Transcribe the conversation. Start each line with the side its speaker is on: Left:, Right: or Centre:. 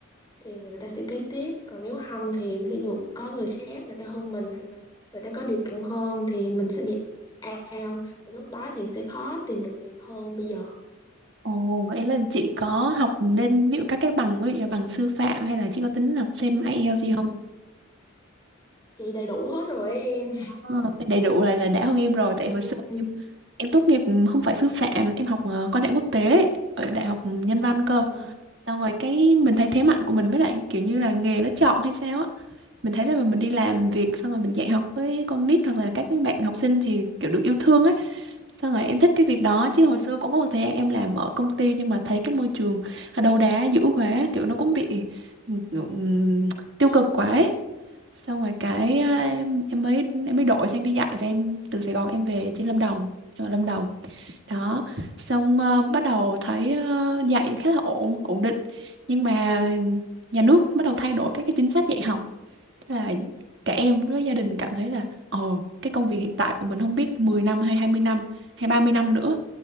Left: thì người ta sẽ ký tiếp còn nếu không thì ví dụ có người khác người ta hơn mình hoặc là người ta có điều kiện hơn thì mình sẽ bị out thì lúc đó thì sẽ khó tìm được việc hơn bây giờ
Right: Ồ, vậy là chị có học lên ví dụ các cái bằng ví dụ như bằng sư phạm hay là chị có tính học thêm IELTS
Left: Ừm,
Right: gì không?
Left: chị đầy đủ hết rồi em
Right: Ờ, đầy đủ lại là đã hơn em rồi tại
Left: Ừm,
Right: hồi xưa em em tốt nghiệp không phải sư phạm, em học ờ, quan hệ quốc tế ấy, ở đại học nhân văn cơ.
Left: à,
Right: Xong rồi cái mình thấy thế mạnh của mình với lại kiểu như là nghề nó chọn hay sao á mình thấy là mình đi làm việc xong rồi mình dạy học với con nít hoặc là các cái bạn học sinh thì kiểu được yêu thương ấy xong rồi em thích cái việc
Left: ừm,
Right: đó chứ hồi xưa cũng có một thời gian em làm ở công ty nhưng mà thấy cái môi trường à, đầu đá dữ quá kiểu nó cũng bị ừm, tiêu cực quá ấy. xong rồi cái
Left: ừm,
Right: à, em, em mới em mới đổi sang đi dạy và em từ Sài Gòn em về trên Lâm Đồng em ở Lâm Đồng đó xong ờ, bắt đầu thấy ờ, dạy khá là ổn ổn định nhưng mà nhà nước bắt đầu thay đổi các cái chính sách dạy học Thế là cả em với gia đình cảm thấy là ồ cái công việc hiện tại của mình không biết 10 năm hay 20 năm hay 30 năm nữa